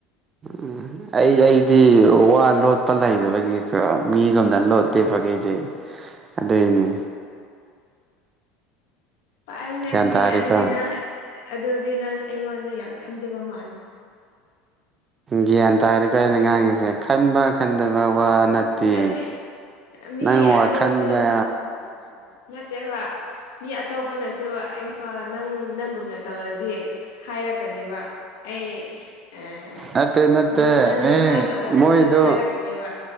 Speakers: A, on the right; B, on the left.
A: ꯎꯝ ꯑꯩ ꯑꯩꯗꯤ ꯋꯥ ꯂꯣꯠꯄ ꯂꯩꯗꯕꯒꯤ ꯀꯣ ꯃꯤꯒꯨꯝꯅ ꯂꯣꯠꯇꯦꯕ ꯒꯩꯗꯤ ꯑꯗꯨꯏꯅꯦ
B: ꯄꯥꯔꯅꯦ
A: ꯒ꯭ꯌꯥꯟ
B: ꯑꯗꯨꯗꯤ
A: ꯇꯥꯔꯦꯀꯣ
B: ꯑꯗꯨꯗꯤ ꯅꯪ ꯑꯗꯨꯗꯤ ꯅꯪ ꯑꯩꯉꯣꯟꯗ ꯌꯥꯝ ꯈꯟꯖꯕ ꯃꯥꯜꯂꯦ
A: ꯒ꯭ꯌꯥꯟ ꯇꯥꯔꯦꯀꯣ ꯑꯩꯅ ꯉꯥꯡꯉꯤꯁꯦ ꯈꯟꯕ ꯈꯟꯗꯕ ꯋꯥ ꯅꯠ ꯇꯦ
B: ꯅꯠꯇꯦ ꯃꯤ
A: ꯅꯪ ꯋꯥꯈꯟꯗ
B: ꯑꯇꯧꯕꯁꯨ ꯅꯠꯇꯦꯕ ꯃꯤ ꯑꯇꯣꯞꯄꯅꯁꯨ ꯑꯩꯉ ꯅꯪ ꯅꯪꯒꯨꯝꯅ ꯇꯧꯔꯗꯤ ꯍꯥꯏꯔꯛꯀꯅꯦꯕ ꯑꯩ ꯑꯥ
A: ꯅꯠꯇꯦ ꯅꯠꯇꯦ
B: ꯅꯪ ꯅꯪꯗꯨ
A: ꯃꯤ
B: ꯑꯗꯨꯃꯥꯏꯅ ꯇꯧꯋꯦ ꯍꯥꯏꯕꯗ
A: ꯃꯣꯏꯗꯣ
B: ꯍꯥꯏꯔꯛꯀꯅꯦꯕ